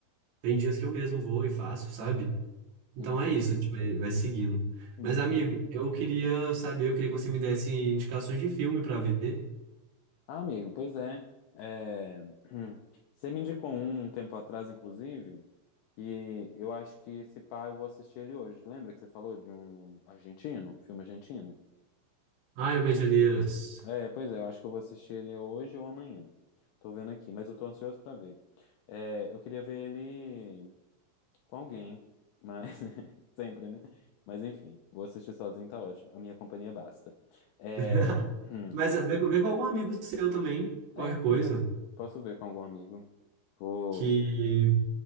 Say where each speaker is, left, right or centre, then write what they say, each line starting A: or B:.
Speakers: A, on the right (about 75°); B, on the left (about 80°).
A: tem dias que eu mesmo vou e faço, sabe? Então
B: Uhum,
A: é isso, a gente vai, vai seguindo.
B: hum,
A: Mas, amigo,
B: entendi.
A: eu queria saber, eu queria que você me desse indicações de filme pra ver.
B: Ah, amigo, pois é. É, hum, Você me indicou um, um tempo atrás, inclusive, e eu acho que esse pá eu vou assistir ele hoje. Lembra que você falou de um argentino, um filme argentino?
A: Ah, o Medianeiras.
B: É, pois é, eu acho que eu vou assistir ele hoje ou amanhã. Tô vendo aqui, mas eu tô ansioso pra ver. É, eu queria ver ele. com alguém, mas <laughs> sempre, né? Mas enfim, vou assistir sozinho, tá ótimo. A minha companhia basta. É,
A: <laughs>
B: <clears throat> hum,
A: Mas vê, com- vê com algum amigo seu também,
B: é,
A: qualquer
B: pois
A: coisa,
B: é. Posso ver com algum amigo. Vou,
A: que